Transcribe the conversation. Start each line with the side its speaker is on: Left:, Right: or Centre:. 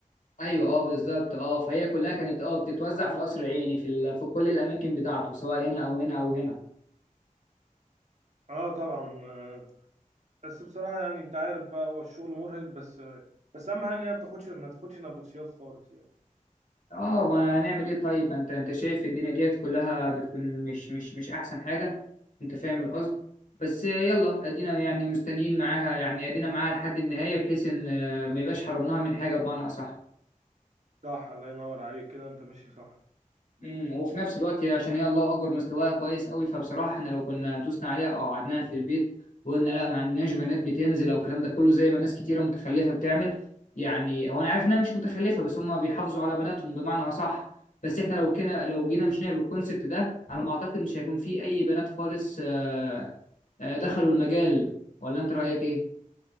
Left: أيوه أه بالظبط أه فهي كلها كانت أه بتتوزع في القصر العيني في ال... في كل الأماكن بتاعته سواء هنا أو هنا أو هنا
Right: اه طبعا آه، بس بصراحة يعني انت عارف بقى هو الشغل مرهق بس بس اهم حاجة ان هي ما تاخدش ما تاخدش نبطشيات خالص يعني
Left: أه ما هنعمل إيه طيب أنت أنت شايف الدنيا ديت كلها بتكون مش مش مش أحسن حاجة أنت فاهم القصد بس يلا أدينا يعني مستنيين معاها يعني أدينا معاها لحد النهاية بحيث إن آه، ما يبقاش حرمناها من حاجة بمعنى أصح
Right: صح الله ينور عليك كده انت ماشي صح
Left: امم وفي نفس الوقت هي- عشان هي الله اكبر مستواها كويس قوي فبصراحه احنا لو كنا دوسنا عليها او قعدناها في البيت وقلنا لا ما عندناش بنات بتنزل او الكلام ده كله زي ما ناس كتيره متخلفه بتعمل يعني هو انا عارف انها مش متخلفه بس هم بيحافظوا على بناتهم بمعنى اصح بس احنا لو كنا لو جينا مشينا بالكونسبت ده على ما اعتقد مش هيكون في اي بنات خالص آه، آه، دخلوا المجال ولا انت رايك ايه؟